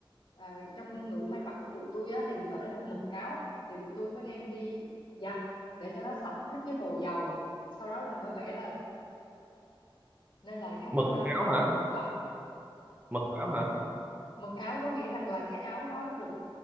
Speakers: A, on the left; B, on the right.
A: à, trong ngôn ngữ may mặc của tụi tôi á, thì được gọi là mực áo thì tụi tôi mới đem đi giặt để cho nó sạch hết cái hồ dầu sau đó là mới vẽ lên nên là cái hoa
B: mực áo
A: hoa văn
B: hả?
A: nó không có bị mất
B: Mực áo hả?
A: Mực áo có nghĩa rằng là cái áo đó được